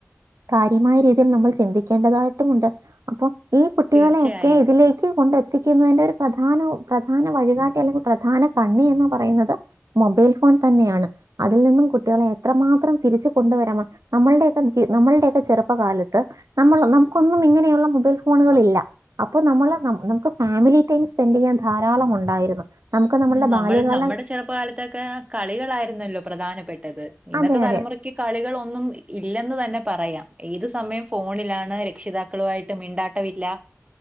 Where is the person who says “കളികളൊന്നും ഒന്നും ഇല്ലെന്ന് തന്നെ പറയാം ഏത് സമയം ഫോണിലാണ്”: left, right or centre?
Right